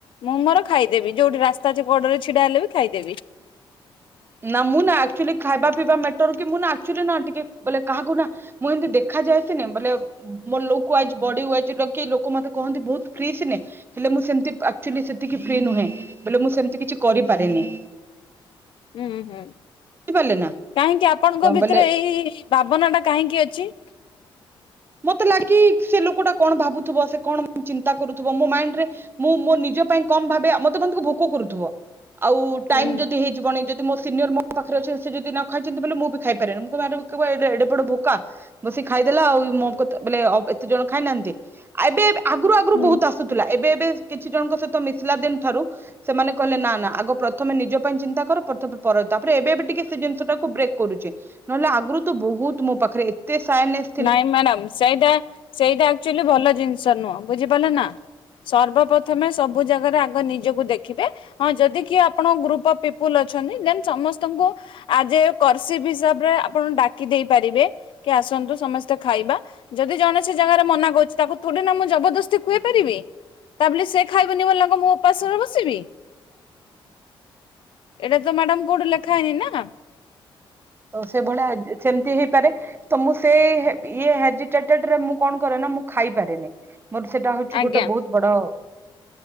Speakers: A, on the left; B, on the right.
A: ମୁଁ ମୋର ଖାଇଦେବି ଯୋଉଠି ରାସ୍ତା ଅଛି କଡରେ ଛିଡା ହେଲେ ବି ଖାଇଦେବି।
B: ନା ମୁଁ ଆଚୁଅଲି ଖାଇବା ପିଇବା ମ୍ୟାଟର କି ମୁଁନା ଆଚୁଆଲି ଟିକେ ବୋଲେ କାହାକୁ ନା ମୁଁ ଏମିତି ଦେଖାଯାଏ ସିନେ ବୋଲେ ମୋର ଲୋକ ଆଜି ବଡ଼ି ୟାଇଜି ଦେଖି ଲୋକ ମତେ କହନ୍ତି ବହୁତ ଫ୍ରି ଶିନେ। ହେଲେ ମୁଁ ସେମତି ଆଚୁଅଲି ସେତିକି ଫ୍ରି ନୁହେଁ ବଲେ ମୁଁ ସେମତି କିଛି କରିପାରେନି।
A: ହୁଁ ହୁଁ
B: ବୁଝିପାରିଲେ ନା
A: କାହିଁକି ଆପଣଙ୍କ ଭିତରେ
B: ବୋଲେ
A: ଏଇ ଭାବନା ଟା କାହିଁକି ଅଛି?
B: ମତେ ଲାଗି ସେ ଲୋକ ଟା କଣ ଭାବୁଥିବ ସେ କଣ ଚିନ୍ତା କରୁଥିବ ମୋ ମାଇଣ୍ଡି ରେ ମୁଁ ମୋ ନିଜ ପାଇଁ କମ ଭାବେ ମତେ ମ ଭୋକ କରୁଥିବ ଆଉ ଟାଇମ
A: ହୁଁ
B: ଯଦି ହେଇ ଜଣ ଯଦି ମୋ ସିନିୟର ମୋ ପାଖରେ ଅଛନ୍ତି ସେ ଯଦ ନ ଖାଇଛନ୍ତି ବଲେ ମୁଁ ବି ଖାଇପାରେନିଁ <unintelligible> ବଡ ଭୋକା। ବସିିକ ଖାଇଦେଲା ଆଉ ମୋ କ ବଲେ ଏତେ ଜଣ ଖାଇନାହାନ୍ତି ଏବେ ଆଗରୁ ଆଗରୁ
A: ହୁଁ।
B: ବହୁତ ଆସ ଥିଲା ଏବେ ଏବେ କିଛି ଜଣଙ୍କ ସହିତ ମିଶିଲା ଦିନ ଠାରୁ ସେମାନେ କହିଲେ ନା ନା ଆଗ ପ୍ରଥମେ ନିଜ ପାଇଁ ଚିନ୍ତା କର ପ୍ରଥମେ ପର ତାପରେ ଏବେ ବି ଟିକେ ସେ ଜିନିଷ ଟାକୁ ବ୍ରେକ୍ କରୁଛି। ନହେଲେ ଆଗରୁ ତ ବହୁତ ମୋ ପାଖରେ ଏତେ ସାଇଲେନ୍ସ।
A: ନାଇଁ ମ୍ୟାଡାମ ସେଇଟା ସେଇଟା ଆଚୁଅଲି ଭଲ ଜିନିଷ ନୁହଁ ବୁଝିପାଇଲେ ନା। ସର୍ବ ପ୍ରଥମେ ସବୁ ଜାଗାରେ ଆଗେ ନିଜକୁ ଦେଖିବେ। ହଁ ଯଦି କିଏ ଆପଣ ଗ୍ରୁପ ଅଫ ପିପୁଲୁ ଅଛନ୍ତି ଦେନ ସମସ୍ତଙ୍କୁ ଆଜି କର୍ସିପି ହିସାବ ରେ ଆପଣ ଡାକି ଦେଇ ପାରିବେ କି ଆସନ୍ତୁ ସମସ୍ତେ ଖାଇବା ଯଦି ଜଣେ ସେ ଜାଗାରେ ମନା କରୁଛି ତାକୁ ଥୋଡି ନା ମୁଁ ଜବରଦସ୍ତି ଖୁଆଇ ପାରିବି। ତା ବୋଲି ସେ ଖାଇବନି ବୋଲି ନାଁ ମୁଁ ଉପାସରେ ବସିବି? ଏଇଟା ତ ମ୍ୟାଡାମ କୋଉଠି ଲେଖା ହେଇନି ନା।
B: ତ ସେଭଳିଆ ସେମିତି ହେଇପାରେ। ତ ମୁଁ ସେ ଇଏ ହେଜିଟେଡରେ ମୁଁ କଣ କରେ ନା ମୁଁ ଖାଇପାରେନି। ମୋର ସେଟା ହଉଛି
A: ଆଜ୍ଞା
B: ଗୋଟେ ବହୁତ ବଡ